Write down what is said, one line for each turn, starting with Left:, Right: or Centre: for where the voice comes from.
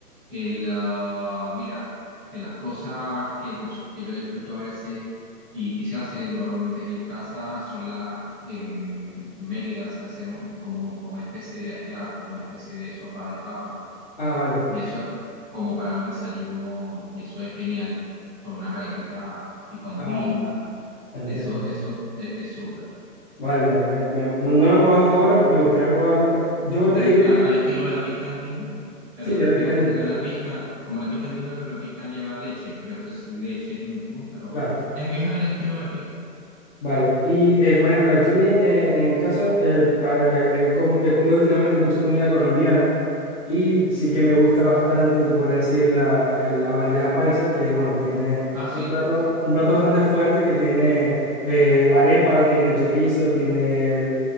Centre: El, ah, mira, de las cosas que, nos- que yo disfruto a veces y, y se hace normalmente aquí en casa son las, en Mérida se hace un- como, un- como una especie de ajiaco, una especie de sopa de papas
Left: Ah, vale,
Centre: y eso como para un desayuno, y eso es genial, con unas arepitas tipo andina,
Left: ah, entiendo.
Centre: eso,
Left: entiendo.
Centre: eso es, es súper.
Left: Vale, me- me- me- no, no lo he probado hasta ahora, me gustaría probarlo. Yo te
Centre: Es
Left: diría,
Centre: a-
Left: que-
Centre: al estilo la pizca andina, pero
Left: sí, de la
Centre: tengo
Left: picandina,
Centre: entendido
Left: claro,
Centre: que la pizca, como la pizca andina, pero la pizca lleva leche, pero esto sin leche es lo mismo, pero
Left: claro.
Centre: es, es al estilo de la pizca.
Left: Vale, y eh, por ejemplo, aquí eh, eh, en mi caso, eh, a ver, eh, eh, como- he comido últimamente mucha comida colombiana y sí que me gusta bastante, te podría decir, la, eh, la bandeja paisa, que bueno, tiene
Centre: Ah,
Left: un
Centre: sí,
Left: plato,
Centre: sí, lo he
Left: un
Centre: escuchado.
Left: plato bastante fuerte que tiene eh, arepa, tiene chorizo, tiene